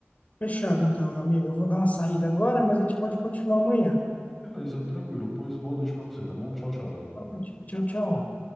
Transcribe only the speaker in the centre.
Beleza, tranquilo. Pois boa noite para você, tá bom? Tchau, tchau.